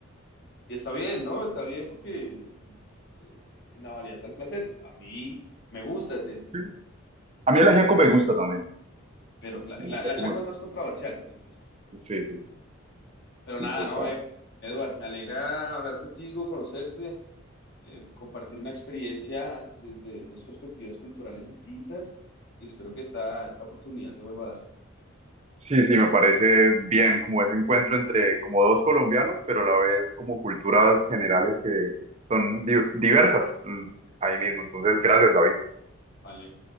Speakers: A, on the left (about 55°); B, on the right (about 30°).
A: Y está bien, ¿no? Está bien porque eh, en la variedad está el placer. A mí me gusta ese desayuno,
B: sí.
A: por supuesto.
B: a mí el ajiaco me gusta también,
A: Pero la,
B: el
A: la,
B: ajiaco
A: la changua
B: me gusta,
A: es más controversial, por supuesto.
B: sí, sí, sí,
A: Pero
B: sí,
A: nada,
B: total.
A: no, eh. Edward, me alegra hablar contigo, conocerte, eh, compartir una experiencia desde dos perspectivas culturales distintas y espero que esta, esta oportunidad se vuelva a dar.
B: Sí, sí, me parece bien como ese encuentro entre como dos colombianos, pero a la vez como culturas generales que son di- diversas mm, ahí mismo. Entonces, gracias, David.
A: Vale.